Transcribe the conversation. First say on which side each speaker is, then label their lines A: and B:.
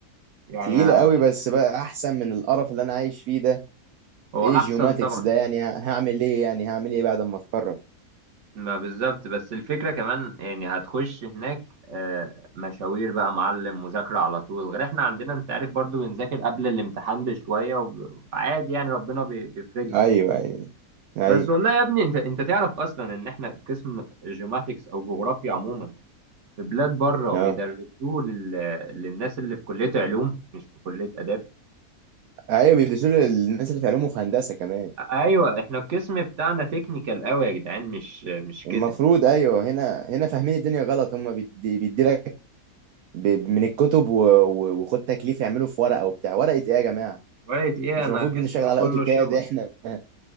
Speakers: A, on the right; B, on the right.
A: يعني
B: تقيله
A: آه،
B: قوي بس بقى احسن من القرف اللي انا عايش فيه ده
A: هو
B: ايه
A: احسن
B: جيوماتكس
A: طبعا
B: ده يعني ه- هعمل ايه يعني هعمل ايه بعد ما اتخرج
A: ما بالظبط بس الفكرة كمان يعني هتخش هناك آه، مشاوير بقى معلم مذاكرة على طول غير احنا عندنا انت عارف برضو بنذاكر قبل الامتحان بشوية وب- وعادي يعني ربنا بي- بيفرجها
B: ايوه ايوه ايوه
A: بس والله يا ابني انت انت تعرف اصلا ان احنا قسم جيوماتكس او جغرافيا عموما في بلاد بره
B: اه
A: بيدرسوه لل... للناس اللي في كلية علوم مش في كلية آداب
B: ايوه بيدرسوا للناس اللي في علوم وفي هندسه كمان
A: ايوه احنا القسم بتاعنا تكنيكال قوي يا جدعان مش مش كده
B: المفروض ايوه هنا هنا فاهمين الدنيا غلط هم بيدي بيدي لك ب- من الكتب و- و- وخد تكليف يعملوا في ورقه وبتاع ورقه ايه يا جماعه
A: وقالت ايه
B: مش
A: انا
B: المفروض
A: قسم
B: بنشتغل على
A: كله
B: اوتوكاد
A: شغل
B: احنا <laughs>